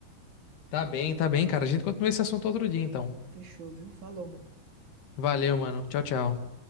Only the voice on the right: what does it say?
Fechou, viu? Falou, mano.